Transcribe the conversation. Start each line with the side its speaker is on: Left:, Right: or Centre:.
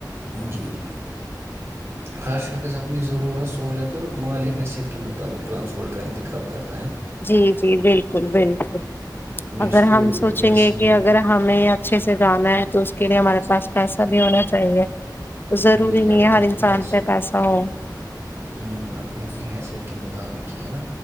Right: جی جی ہر شخص اپنی ضرورت سہوولت اور مالی حیثیت کے مطابق رانسپورٹ کا انتخاب کرنا
Left: جی جی بالکل بالکل
Right: جس
Left: اگر
Right: کو
Left: ہم سوچیں
Right: جیسی
Left: گے کہ
Right: یہ
Left: اگر ہمیں اچھے سے جانا ہے تو اس کے لیے ہمارے پاس پیسا بھی ہونا چاہیے ضروری
Right: جی جی
Left: نہیں
Right: اپنی
Left: ہے ہر
Right: اپنی
Left: انسان
Right: حیثیت
Left: پہ پیسہ ہو
Right: ہ اپنی اپنی حیثیت کے مطابق یہ ہے نا